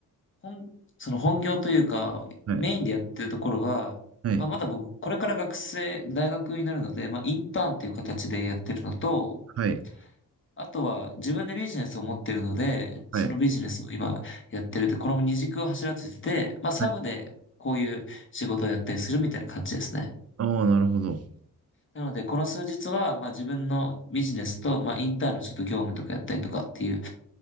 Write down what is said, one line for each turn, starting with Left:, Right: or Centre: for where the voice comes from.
Left: 本、その本業というか、
Right: はい、
Left: メインでやってるところが、
Right: はい、
Left: まあまだ僕、これから学生、大学になるので、まあインターンっていう形でやってるのと、
Right: はい、
Left: あとは自分でビジネスを持ってるので、
Right: はい、
Left: そのビジネスを今やってるって、この二軸を走らせてて、まあサブでこういう仕事をやったりするみたいな感じですね。
Right: はい。ああ、なるほど。
Left: なので、この数日は、まあ自分のビジネスと、まあインターンのちょっと業務とかやったりとかっていう、